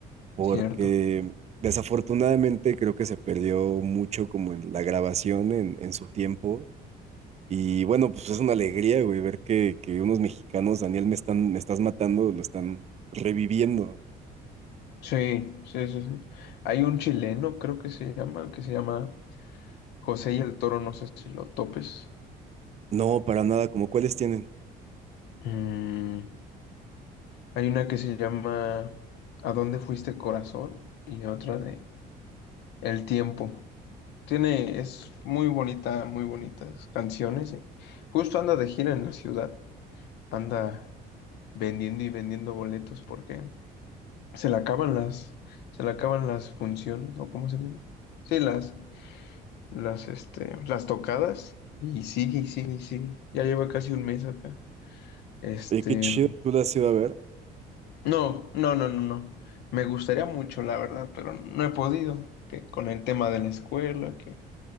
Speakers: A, on the right (about 40°); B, on the left (about 85°).
A: porque
B: cierto.
A: desafortunadamente creo que se perdió mucho como en la grabación en, en su tiempo. Y bueno, pues es una alegría, güey, ver que, que unos mexicanos, Daniel, me están, me estás matando, lo están reviviendo.
B: Sí, sí, sí, sí. Hay un chileno, creo que se llama, que se llama José y el Toro, no sé si lo topes.
A: No, para nada, como cuáles tienen.
B: Mm, hay una que se llama ¿A dónde fuiste, corazón? y otra de El tiempo. Tiene, es muy bonita, muy bonitas canciones. eh. Justo anda de gira en la ciudad, anda vendiendo y vendiendo boletos porque se le acaban las, se le acaban las funciones, o cómo se llama. Sí, las, las, este, las tocadas, y sigue, y sigue, y sigue. Ya lleva casi un mes acá. Este,
A: Oye, qué chido, tú lo has ido a ver.
B: no, no, no, no, no. Me gustaría mucho, la verdad, pero no he podido. Que con el tema de la escuela, que,